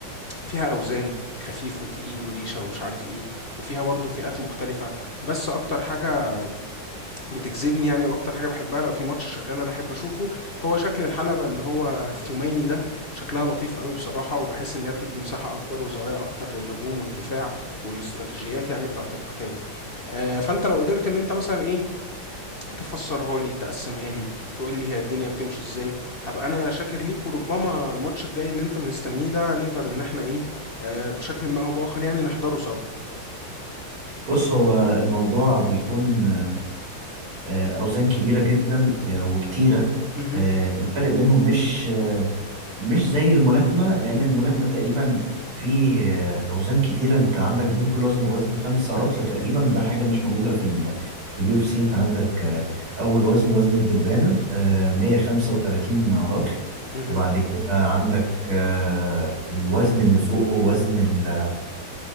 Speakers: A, on the left (about 40°); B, on the right (about 80°).
A: فيها اوزان خفيف وتقيل وريشه ومش عارف ايه وفيها برضو فئات مختلفه بس اكتر حاجه بتجذبني يعني واكتر حاجه بحبها لو في ماتش شغال انا احب اشوفه هو شكل الحلبه اللي هو الثماني ده شكلها لطيف قوي بصراحه وبحس انها بتدي مساحه اكبر وزوايا اكتر للهجوم والدفاع والاستراتيجيات يعني بتاعه القتال آه، فانت لو قدرت ان انت مثلا ايه تفسرها لي تقسمها لي تقول لي هي الدنيا بتمشي ازاي هبقى انا شاكر ليك وربما الماتش الجاي اللي انت مستنيه ده نقدر ان احنا ايه آه، بشكل ما او باخر يعني نحضره سوا
B: بص هو الموضوع بيكون آه، اوزان كبيرة جدا آه، وكتيرة
A: مهم.
B: آه، الفرق بينهم مش مش زي الملاكمة لأن الملاكمة تقريبا في آه، أوزان كتيرة أنت عندك بين كل وزن ووزن خمسة رطل تقريبا وده حاجة مش موجودة في ال في اليو اف سي أنت عندك آه، أول وزن وزن الدبانة آه، 135 رطل
A: مهم.
B: وبعد كده عندك آه، الوزن اللي فوقه وزن ال-